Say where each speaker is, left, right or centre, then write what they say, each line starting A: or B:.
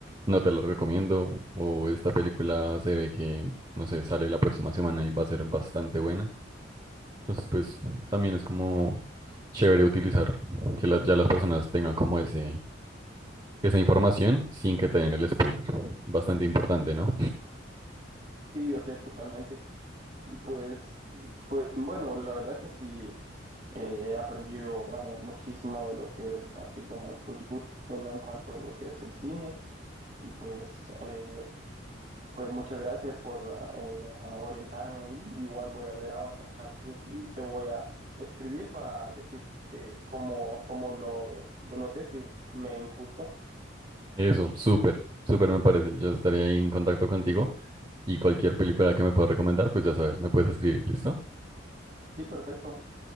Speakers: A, on the right (about 25°); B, on the right (about 40°).
A: no te la recomiendo, o esta película se ve que, no sé, sale la próxima semana y va a ser bastante buena. Entonces pues también es como chévere utilizar que las- ya las personas tengan como ese, esa información sin que te den el spoiler. Bastante importante, ¿no?
B: Sí, yo sé totalmente. Y pues, pues bueno, la verdad que sí eh, he aprendido eh, muchísimo de lo que es así como tus gustos, ¿no? En cuanto a lo que es el cine. Y pues, eh, Pues muchas gracias por ah, eh, orientarme y igual voy a ver Avatar sí o sí. Te voy a escribir para decirte cómo, cómo lo, lo noté, si me gustó.
A: Eso, súper, súper me parece. Yo estaré ahí en contacto contigo y cualquier película que me puedas recomendar, pues ya sabes, me puedes escribir, ¿listo?
B: Sí, perfecto.